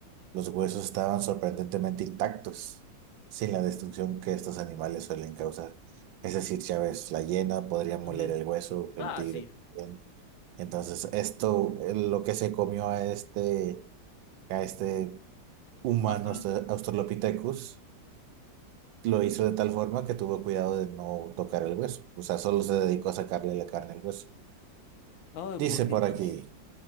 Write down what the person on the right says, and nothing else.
Los huesos estaban sorprendentemente intactos, sin la destrucción que estos animales suelen causar. Es decir, ya ves, la hiena podría moler
el hueso, el
tigre
también. Entonces, esto, eh, lo que se comió a este, a este humano
austra- Australopithecus lo hizo de tal forma que tuvo cuidado de no tocar el hueso. O sea, solo se dedicó a sacarle la carne al hueso.
Dice
por aquí,